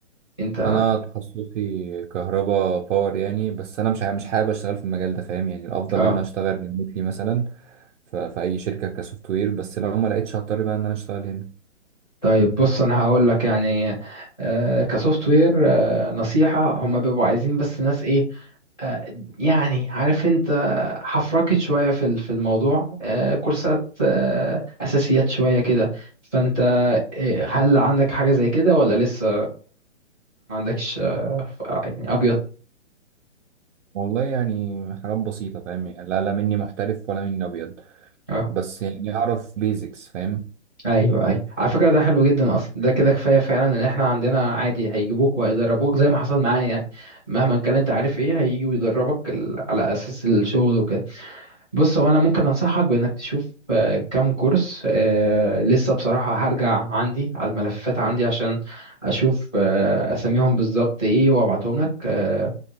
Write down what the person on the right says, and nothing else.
انا تخصصي كهرباء باور يعني بس انا مش ع- مش حابب اشتغل في المجال ده فاهم يعني الافضل
لو انا اشتغل ريموتلي مثلا ف- في اي شركه كسوفت وير بس لو ما لقيتش هضطر بقى ان انا اشتغل هنا
والله يعني حاجات بسيطه فاهم يعني لا لا مني محترف ولا مني ابيض
بس يعني اعرف بيزكس فاهم